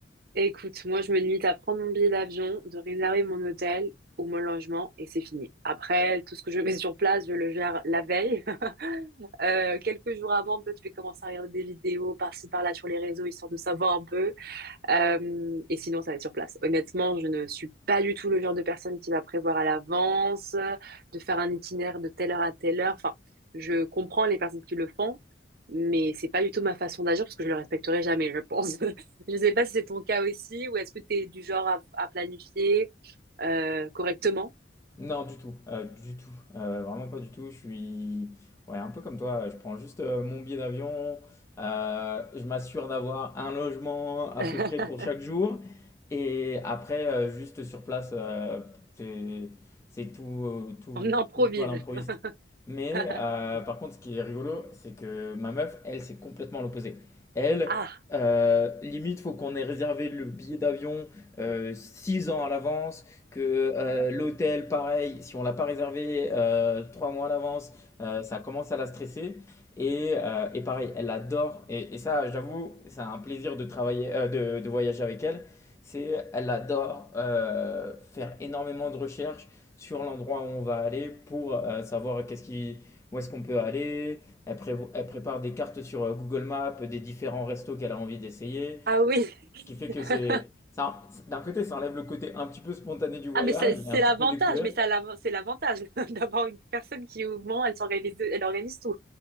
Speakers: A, on the right (about 55°); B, on the left (about 15°).
A: Écoute, moi, je me limite à prendre mon billet d'avion, de réserver mon hôtel ou mon logement et c'est fini. Après, tout ce que je mets sur place, je le gère la veille. <laughs> Euh, quelques jours avant, peut-être je vais commencer à regarder des vidéos par-ci, par-là sur les réseaux, histoire de savoir un peu. Euh, et sinon, ça va être sur place. Honnêtement, je ne suis pas du tout le genre de personne qui va prévoir à l'avance, euh, de faire un itinéraire de telle heure à telle heure. Enfin, je comprends les personnes qui le font, mais c'est pas du tout ma façon d'agir parce que je le respecterai jamais, je pense. <laughs> Je sais pas si c'est ton cas aussi ou est-ce que tu es du genre à, à planifier euh, correctement.
B: Non, du tout, heu, du tout, heu, vraiment pas du tout. Je suis ouais, un peu comme toi, je prends juste, heu, mon billet d'avion, heu, je m'assure d'avoir un logement à
A: <laughs>
B: peu près pour chaque jour et après, heu, juste sur place, heu, c'est c'est tout, heu, tout
A: On improvise.
B: tout tout à l'improviste. Mais
A: <laughs>
B: heu, par contre, ce qui est rigolo, c'est que ma meuf, elle, c'est complètement l'opposé. Elle,
A: Ah,
B: heu, limite, faut qu'on ait réservé le billet d'avion, heu, 6 ans à l'avance, que euh, l'hôtel, pareil, si on l'a pas réservé euh, trois mois à l'avance, euh, ça commence à la stresser. Et, euh, et pareil, elle adore. Et, et ça, j'avoue, c'est un plaisir de travailler, euh, de, de voyager avec elle. C'est, elle adore euh, faire énormément de recherches sur l'endroit où on va aller pour euh, savoir qu'est-ce qui, où est-ce qu'on peut aller. Elle, prévo- elle prépare des cartes sur euh, Google Maps des différents restos qu'elle a envie d'essayer.
A: ah oui. <laughs>
B: Ce qui fait que c'est, ça, d'un côté, ça enlève le côté un petit peu spontané du voyage
A: Ah, mais c'est c'est
B: et un petit
A: l'avantage,
B: peu découverte.
A: mais ça, l'av- c'est l'avantage <laughs> d'avoir une personne qui, au moment, elle s'organise, elle organise tout.